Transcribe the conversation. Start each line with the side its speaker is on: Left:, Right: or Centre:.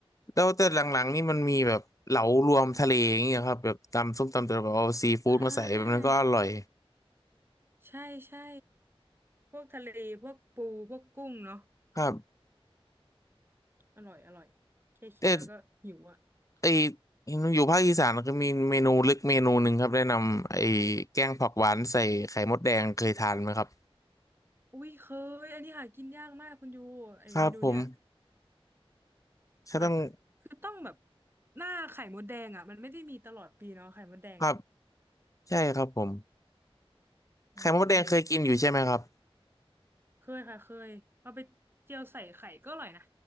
Left: แล้วแต่หลังๆนี่มันมีแบบเหลารวมทะเลอย่างเงี้ยครับแบบตำส้มตำแต่แบบเอาซีฟู้ดมาใส่แบบนั้นก็อร่อย
Right: อ่า ใช่ใช่พวกทะเลพวกปูพวกกุ้งเนาะ
Left: ครับ
Right: อร่อยอร่อยแค่คิดแล้วก็หิวอ่ะ
Left: แต่ไออยู่ภาคอีสานก็มีเมนูลึกเมนูหนึ่งครับแนะนำไอแกงผักหวานใส่ไข่มดแดงเคยทานไหมครับ
Right: อุ้ยเคยอันนี้หากินยากมากคุณยูไอเมนูเนี่ย
Left: ครับผมก็ต้อง
Right: แบบคือต้องแบบหน้าไข่มดแดงอ่ะมันไม่ได้มีตลอดปีเนาะไข่มดแดง
Left: ครับใช่ครับผม
Right: อืมอุ้ย
Left: ไข่มดแดงเคยกินอยู่ใช่ไหมครับ
Right: เคยค่ะเคยเอาไปเจียวใส่ไข่ก็อร่อยนะ